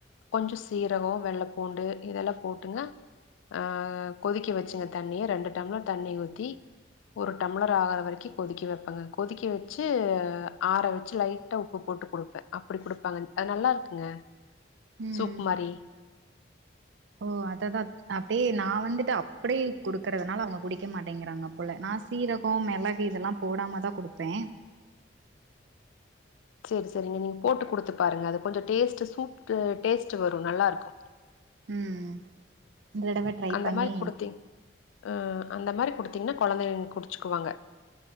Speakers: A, on the left; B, on the right.
A: கொஞ்சோ சீரகோ வெள்ள பூண்டு இதெல்லா போட்டுங்க ஆ கொதிக்க வச்சுங்க தண்ணிய ரெண்டு டம்ளர் தண்ணி ஊத்தி ஒரு டம்ளர் ஆகுற வரைக்கு கொதிக்க வப் பாங்க கொதிக்க வச்சு ஆற வச்சு லைட்டா உப்பு போட்டு குடுப்பே அப்டி குடுப்பாங்க அது நல்லா இருக்குங்க
B: ம்
A: சூப் மாறி
B: ஓ அத தா அப்டியே நா வந்துட்டு அப்டியே குடுக்கறதுனால அவுங்க குடிக்க மாட்டேங்கிறாங்க போல நா சீரகோ மெளகு இதெல்லா போடாம தா குடுப்பே
A: செரி செரிங்க நீங்க போட்டு குடுத்து பாருங்க அது கொஞ்சோ டேஸ்ட்டு சூப் டேஸ்ட் வரும் நல்லா இருக்கு
B: ம் இந்த தடவ ட்ரை
A: அந்த
B: பண்ணி
A: மாரி குடுத்தீங் அ அந்த மாரி குடுத்தீங்கன்னா கொழந்தைங்க குடிச்சுக்குவாங்க